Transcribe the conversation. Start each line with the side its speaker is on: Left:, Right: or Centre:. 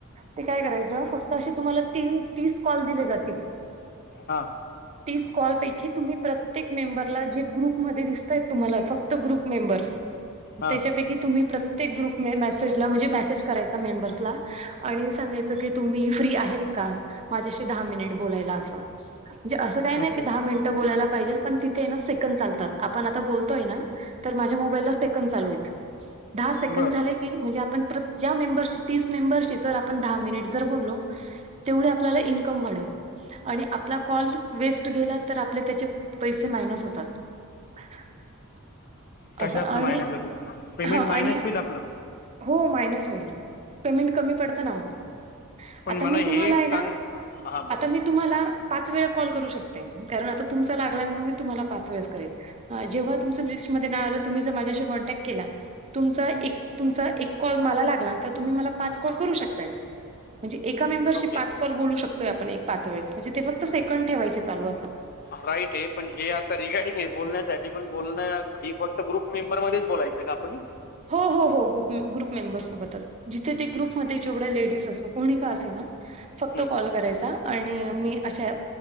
Right: ते काय करायच फक्त अशे तुम्हाला तीन तीस कॉल दिले जातील
Left: हा
Right: तीस कॉलपैकी तुम्ही प्रत्येक मेंबरला जे ग्रुपमध्ये दिसतायत तुम्हाला फक्त ग्रुप मेंबर्स,
Left: हा
Right: त्याच्यापैकी तुम्ही प्रत्येक ग्रुप मे मॅसेजला म्हणजे मॅसेज करायचा. त्या मेंबर्सला आणि सांगायच की तुम्ही फ्री आहेत का? माझ्याशी दहा मिनिट बोलायला असं, म्हणजे असं काय नाय
Left: ओके
Right: की दहा मिनट बोलायला पाहिजेल पण तिथे ना सेकंद चालतात, आपण आता बोलतोय ना. तर माझ्या मोबाईलला सेकंद चालूयेत, दहा सेकंद
Left: बरं
Right: झाले की म्हणजे आपण प्रत ज्या मेंबर तीस मेंबरशी जर आपण दहा मिनट जर बोललो तेवढे आपल्याला इन्कम वाढेल. आणि आपला कॉल वेस्ट गेला तर आपले त्याचे पैसे मायनस होतात. <unintelligible>
Left: कशातन
Right: असं आणि
Left: मायनस होतात पेमेंट
Right: हा
Left: मायनस
Right: आणि
Left: होईल आपलं.
Right: हो मायनस होईल. पेमेंट कमी पडतं ना मग
Left: पण
Right: आता
Left: मला
Right: मी
Left: हे
Right: तुम्हाला
Left: एक
Right: आहे
Left: सांग
Right: ना
Left: हा बोला
Right: आता
Left: बोला
Right: मी तुम्हाला पाच वेळा कॉल करू शकते कारण आता तुमचा लागलाय म्हणून मी तुम्हाला पाच वेळस करेल. जेव्हा तुम्ही लिस्टमध्येध्ये नाव आलं तुम्ही माझ्याशी कॉन्टॅक्ट केला तुमचा एक तुमचा एक कॉल मला लागला तर तुम्ही मला पाच कॉल करू शकताय म्हणजे एका मेंबरशी
Left: ओके
Right: पाच कॉल बोलू शकता. य आपण एक पाच वेळेस म्हणजे ते फक्त सेकंड ठेवायचे चालू असं.
Left: राईट आहे पण हे आता रिगार्डिंग आहे बोलण्यासाठी पण बोलणं ही गोष्ट ग्रुप मेंबर मध्येच बोलायचं का आपण
Right: हो हो हो गप ग्रुप मेंबरस सोबतच. जिथे ते ग्रुपमध्ये जेवढे लेडीज असो कोणी का असे ना फक्त
Left: हम्म,
Right: कॉल करायचा.... आणि मी अशा